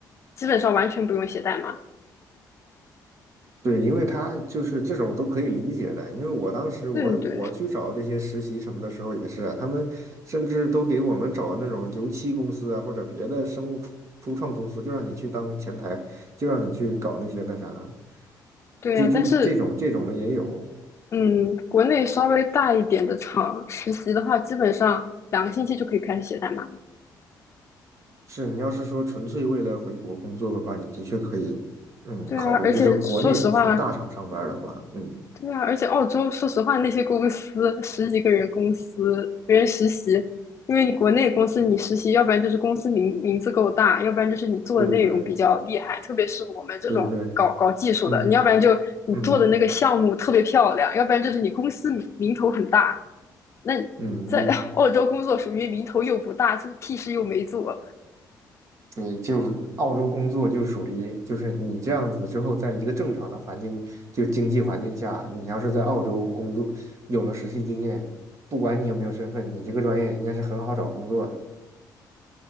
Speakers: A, on the left; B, on the right.
A: 基本上完全不用写代码。
B: 对，因为他就是这种都可以理解的，因为我当时我我去找这些实习什么的时候也是啊，
A: 对对对，
B: 他们甚至都给我们找那种油漆公司啊，或者别的生物初初创公司，就让你去当前台，就让你去搞那些那啥，
A: 对呀，
B: 就就这种这种的也有。
A: 但是嗯，国内稍微大一点的厂实习的话，基本上两个星期就可以开始写代码了。
B: 是你要是说纯粹为了回国工作的话，你的确可以，嗯，
A: 对啊，
B: 考虑就是国内纯大厂上班儿的话，
A: 而且说实话，
B: 嗯，
A: 对啊，而且澳洲说实话，那些公司十几个人公司，别人实习，因为你国内公司你实习，要不然就是公司名名字够大，要不然就是你做的内容比较厉害，
B: 对对对
A: 特别是我们这种搞搞技术的，
B: 对对，嗯
A: 你要不然就你做的那个项目特别漂亮，
B: 嗯
A: 要不然就是你公司名名头很大。那
B: 嗯，
A: 在 <laughs> 澳洲工作属于名头又不大，就是屁事又没做。
B: 对，就是澳洲工作就属于，就是你这样子之后，在一个正常的环境，就经济环境下，你要是在澳洲工作，有了实习经验，不管你有没有身份，你这个专业应该是很好找工作的，